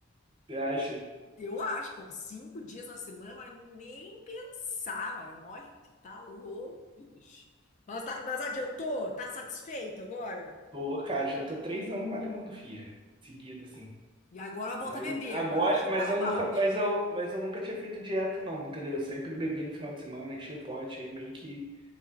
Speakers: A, on the right (about 25°); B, on the left (about 35°).
A: Você acha?
B: Eu acho, pô, cinco dias na semana, mas nem pensar, mano. Olha, tá louco, bicho. Mas, tá- mas adiantou? Tá satisfeito agora?
A: Tô, cara, já tô três anos malhando, filha. Seguido, assim.
B: E agora volta
A: Aí,
B: a beber,
A: agora,
B: agora vai chutar
A: mas eu
B: o balde.
A: nunca, mas eu, mas eu nunca tinha feito dieta, não, entendeu? Eu sempre bebi no final de semana, enchi o pote, aí meio que.